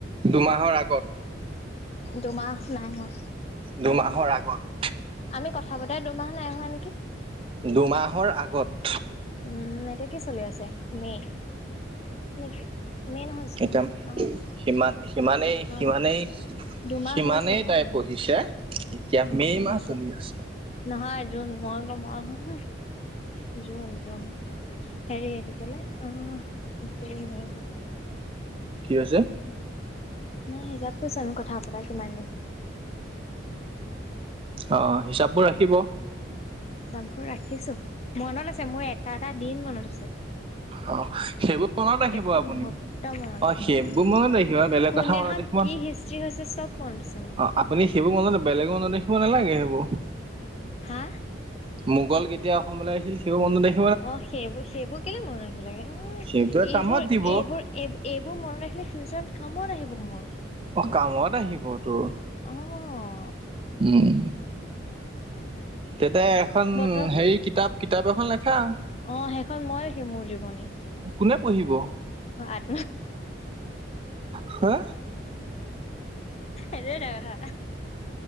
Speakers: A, on the right (about 30°); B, on the left (about 35°).
A: দুমাহৰ আগত।
B: দুমাহ নাই হোৱা।
A: দুমাহৰ আগত।
B: আমি কথা পাতা দুমাহ নাই হোৱা নেকি।
A: দুমাহৰ আগত।
B: উম এতিয়া কি চলি আছে মে নেকি মে নহয় জুন
A: এতিয়া
B: অহ।
A: সিমান সিমানেই,
B: অ
A: সিমানেই
B: দুমাহ
A: সিমানেই
B: হৈছেহে
A: তাই
B: উম
A: পঢ়িছে এতিয়া
B: দুমাহ
A: মে'
B: হৈছে
A: মাহ চলি আছে
B: নহয় জোন ম গম আৰু হ, হ জুন, জুন হেৰি আহ থছিললে অ', এপ্ৰিল ম
A: কি হৈছে।
B: নাই হিচাপ কৈছালো কথা পতা কিমান দিন হ'ল।
A: অ', হিচাপবোৰ ৰাখিব।
B: চববোৰ ৰাখিছোঁ মনত আছে মোৰ এটা, এটা দিন মনত আছে।
A: অ সেইবোৰ মনত
B: প্ৰত্যয়েক
A: ৰাখিব
B: টো
A: আপুনি
B: মুহূৰ্ত মনত
A: অ
B: আছে
A: সেইবোৰ
B: মোৰ উম
A: মনত ৰাখিব বেলেগ
B: কোনদিনাখন
A: কথা মনত ৰাখিব
B: কি হিষ্ট্ৰি হৈছে সব মনত আছে মোৰ।
A: অ', আপুনি সেইবোৰ মনতে বেলেগ মনত ৰাখিব নালাগে এই বোৰ।
B: হা
A: মোগল কেতিয়া অসমলৈ আহিছিল সিও মন দেখ
B: অ', সেইবোৰ, সেইবোৰ কেলে মন ৰাখিব লাগে উম
A: সেইবোৰে
B: এইবোৰ,
A: কামত দিব
B: এইবোৰ এই এইবোৰ মনত ৰাখিলে ফিউচাৰত কামত আহিব মোৰ।
A: অ', কামত আহিব তোৰ।
B: অ'।
A: উম তেতিয়া এখন
B: বতৰ
A: হেৰি কিতাপ, কিতাপ এখন লেখা।
B: অ', সেইখন মই লিখিম মোৰ জীৱনী
A: কোনে পঢ়িব।
B: আত
A: হা
B: এটো টো কথা।